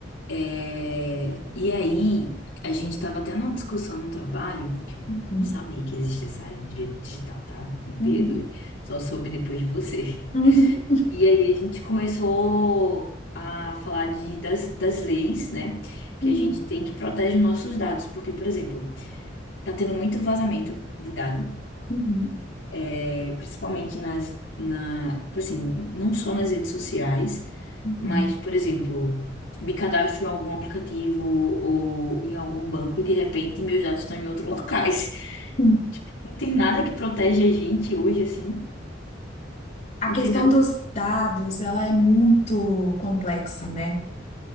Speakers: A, on the left (about 75°); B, on the left (about 40°).
A: É, e aí, a gente tava até numa discussão no trabalho, porque eu
B: Uhum,
A: não sabia que existia essa área de direito digital, tá? Me perdoe,
B: uhum,
A: só soube depois de você.
B: Uhum,
A: E aí a gente começou a falar de, das, das leis, né? Que
B: uhum,
A: a gente tem que proteger nossos dados, porque, por exemplo, tá tendo muito vazamento de dado.
B: uhum,
A: é, principalmente nas, na, tipo assim, não só nas redes sociais,
B: uhum.
A: mas, por exemplo, me cadastro em algum aplicativo ou em algum banco e de repente meus dados estão em outros locais. <laughs>
B: sim.
A: Não tem nada que protege a gente hoje, assim.
B: A
A: Não
B: questão
A: tem nada
B: dos dados, ela é muito complexa, né?